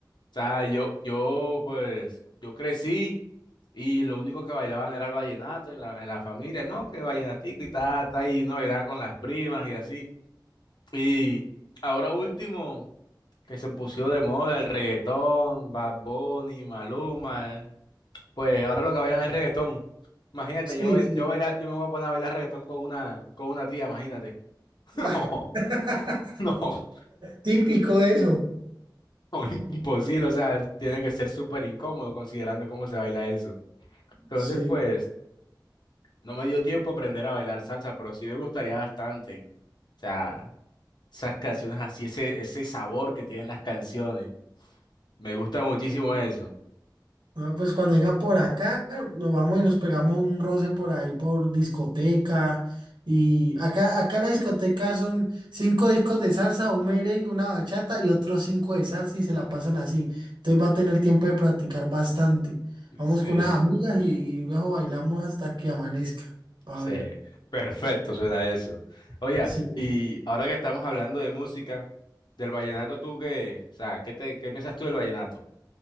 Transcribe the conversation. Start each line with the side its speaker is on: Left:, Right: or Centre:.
Left: o sea, yo, yo, pues, yo crecí y lo único que bailaban era el vallenato en la, en la familia, ¿no? Que vallenatico y tal, tal, y uno bailaba con las primas y así. Y ahora último, que se puso de moda el reggaetón, Bad Bunny, Maluma, pues ahora lo que bailan es reggaetón. Imagínate,
Right: Sí,
Left: yo, bail-
Right: sí.
Left: yo, bailar, yo me voy a poner a bailar reggaetón con una, con una tía, imagínate. <laughs>
Right: Ah,
Left: No,
Right: <laughs>
Left: no,
Right: típico eso.
Left: no, imposible, o sea, tiene que ser súper incómodo considerando cómo se baila eso. Entonces,
Right: Sí.
Left: pues, no me dio tiempo aprender a bailar salsa, pero sí me gustaría bastante. O sea, esas canciones así, ese, ese sabor que tienen las canciones. Me gusta muchísimo eso.
Right: No, pues cuando venga por acá, nos vamos y nos pegamos un roce por ahí por discoteca. Y acá, acá la discoteca son cinco discos de salsa, un merengue, una bachata y otros cinco de salsa y se la pasan así. Entonces va a tener tiempo de practicar bastante. Vamos
Left: Sí.
Right: con unas amigas y, y luego bailamos hasta que amanezca. A
Left: Sí,
Right: ver.
Left: perfecto, suena eso. Oye,
Right: Sí.
Left: y ahora que estamos hablando de música, del vallenato, ¿tú qué? O sea, ¿qué te, qué piensas tú del vallenato?